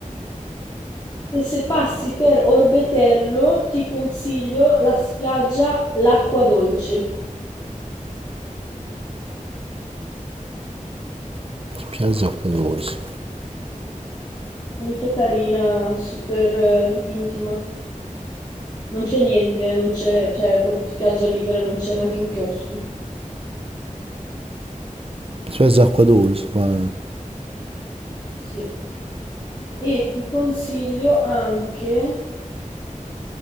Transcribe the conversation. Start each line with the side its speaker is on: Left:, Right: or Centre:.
Left: E se passi per Orbetello, ti consiglio la spiaggia L'Acqua Dolce.
Right: Piazza Acqua Dolce.
Left: Molto carina, super eh, intima. Non c'è niente, eh, non c'è, c'è proprio spiaggia libera, non c'è neanche un chiosco.
Right: Suez è acqua dolce, ma
Left: Sì. E ti consiglio anche